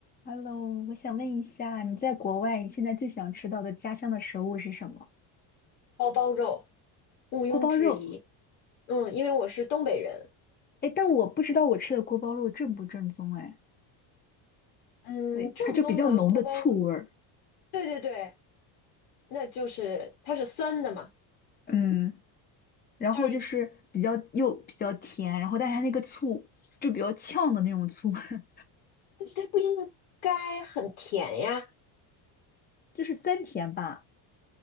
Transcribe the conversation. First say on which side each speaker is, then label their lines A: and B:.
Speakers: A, on the left (about 20°); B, on the left (about 80°).
A: Hello，我想问一下，你在国外，你现在最想吃到的家乡的食物是什么？
B: 锅包肉，毋庸置疑。
A: 锅包肉。
B: 嗯，因为我是东北人，
A: 哎，但我不知道我吃的锅包肉正不正宗哎，
B: 嗯，
A: 对，
B: 正宗的锅包肉
A: 它就比较浓的醋味儿，
B: 对对对，那就是它是酸的嘛，
A: 嗯，然后就是比较又比较甜，
B: 就是
A: 然后但是它那个醋就比较呛的那种醋，<laughs>
B: 就是它不应该很甜呀。
A: 就是酸甜吧，